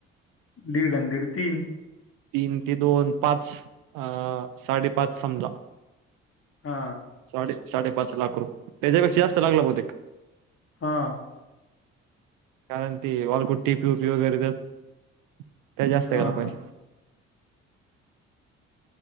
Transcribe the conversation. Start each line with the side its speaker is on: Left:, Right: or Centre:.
Left: दीड दीड तीन
Right: तीन ते दोन पाच अ साडेपाच समजा
Left: हा
Right: साडे साडेपाच लाख रुपये त्याच्यापेक्षा जास्त लागलं बहुतेक
Left: हा
Right: कारण ती वालपुट्टी पीयूपी वगैरे देतात त्यात जास्त
Left: हां,
Right: गेला पैसा
Left: हां.